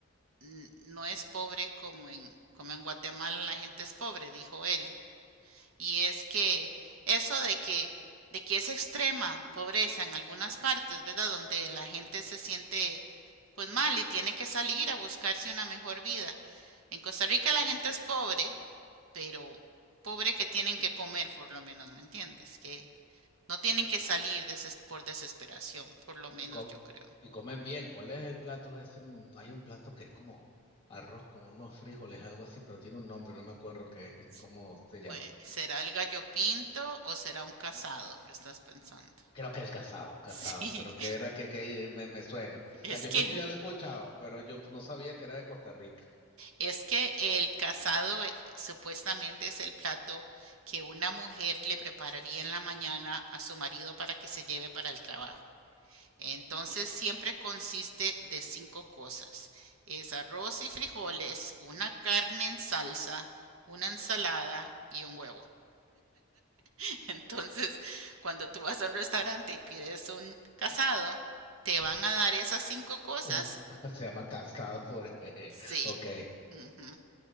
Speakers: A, on the right; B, on the left.
A: mm, no es pobre como en, como en Guatemala la gente es pobre, dijo él. Y es que eso de que, de que es extrema pobreza en algunas partes, ¿verdad? Donde la gente se siente pues mal y tiene que salir a buscarse una mejor vida. En Costa Rica la gente es pobre, pero pobre que tienen que comer por lo menos, ¿me entiendes? Que no tienen que salir deses- por desesperación, por lo menos
B: y, com-
A: yo creo.
B: y comen bien. ¿Cuál es el plato ese? Mm, Hay un plato que es como arroz con unos frijoles, algo así, pero tiene un nombre, no me acuerdo qué, <laughs>
A: S-
B: cómo se llama.
A: Pues, ¿será el gallo pinto o será un casado que estás pensando?
B: Creo que el casado, casado,
A: <laughs> Sí,
B: creo que era que, que me, me suena.
A: es
B: Gallo
A: que
B: Pinto ya lo he escuchado, pero yo no sabía que era de Costa Rica.
A: Es que el casado eh, supuestamente es el plato que una mujer le prepararía en la mañana a su marido para que se lleve para el trabajo. Entonces siempre consiste de cinco cosas. Es arroz y frijoles, una carne en salsa, una ensalada y un huevo. <laughs> Entonces, cuando tú vas a un restaurante y pides un casado, ¿te van a dar esas cinco cosas?
B: Un- <laughs> se llama casado por... <laughs>
A: Sí.
B: ok.
A: Ujú,